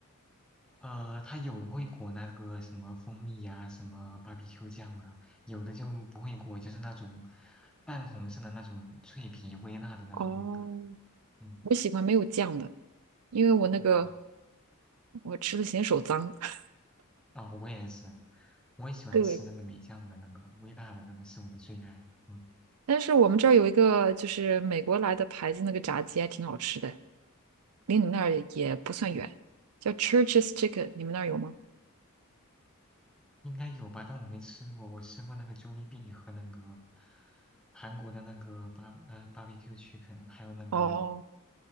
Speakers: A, in the centre; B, on the right.
A: 呃，它有的会裹那个什么蜂蜜呀、什么 BBQ 酱啊，有的就不会裹，就是那种淡红色的那种脆皮微辣的那种味道。
B: 哦，
A: 嗯，
B: 我喜欢没有酱的，因为我那个
A: 我
B: 我吃的嫌手脏。<laughs>
A: 哦，我也是，我也喜欢吃那个梅酱的那个微辣的那个是我的最爱。
B: 对，
A: 嗯。
B: 但是我们这儿有一个就是美国来的牌子，那个炸鸡还挺好吃的，离你们那儿也不算远，叫 Church's Chicken，你们那儿有吗
A: 应该有吧，但我没吃过。我吃过那个 Jollibee 和那个韩国的那个巴呃 barbecue c h 还有那个
B: 哦，